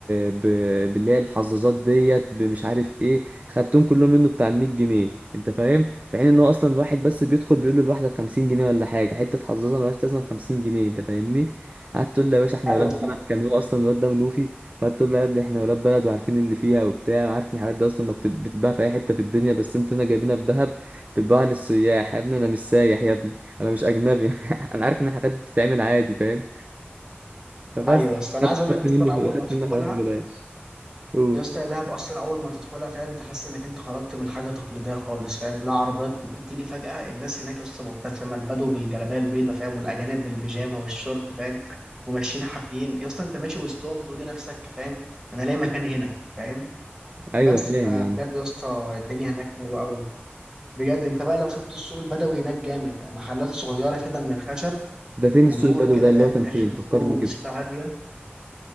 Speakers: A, on the right (about 35°); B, on the right (about 20°).
A: ب... باللي هي الحظاظات ديت بمش عارف ايه خدتهم كلهم منه بتاع 100 جنيه انت فاهم في حين ان هو اصلا واحد بس بيدخل بيقول له الواحده ب 50 جنيه ولا حاجه حته حظاظه ملهاش لازمه ب 50 جنيه انت فاهمني قعدت تقول له يا باشا احنا
B: ايوه
A: ولاد بلد كان هو اصلا الواد ده منوفي فتقول له يا ابني احنا ولاد بلد وعارفين اللي فيها وبتاع عارف ان الحاجات دي اصلا ما بت- بتتباع في اي حته في الدنيا بس انتوا هنا جايبينها في دهب بتتباع للسياح يا ابني انا مش سايح يا ابني انا مش اجنبي <laughs> انا عارف ان الحاجات دي بتتعمل عادي فاهم فبس
B: ايوه يا اسطى انا
A: خدت
B: عايز اقول
A: خدت
B: لك اصلا
A: منه
B: اول
A: خدت
B: ما تدخلها
A: منه حاجات ببلاش قول
B: يا اسطى يا دهب اصلا اول ما تدخلها فاهم تحس انك انت خرجت من حاجه تقليديه خالص فاهم لا عربيات كتير تيجي فجاه الناس هناك يا اسطى مبتسمه البدو بالجلابيه البيضاء فاهم والاجانب بالبيجامه والشورت فاهم وماشيين حافيين يا اسطى انت ماشي وسطهم تقول لنفسك فاهم انا لاقي مكان هنا فاهم
A: ايوه
B: بس
A: فاهم
B: فبجد
A: يا عم
B: يا اسطى الدنيا هناك حلوه قوي بجد انت بقى لو شفت السوق البدوي هناك جامد محلات صغيره كده من الخشب
A: ده فين
B: ونور
A: السوق البدوي
B: كده
A: ده اللي
B: فاهم
A: هو كان
B: وريحه
A: فين
B: بخور
A: فكرني
B: وموسيقى
A: كده
B: هاديه